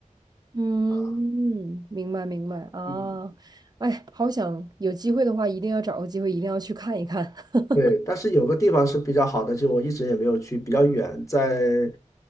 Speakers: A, on the right (about 30°); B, on the left (about 25°).
A: 嗯，
B: 啊。
A: 明白明白啊，
B: 嗯，
A: 哎，好想有机会的话，一定要找个机会，一定要去看一看 <laughs>
B: 对，但是有个地方是比较好的，就我一直也没有去，比较远，在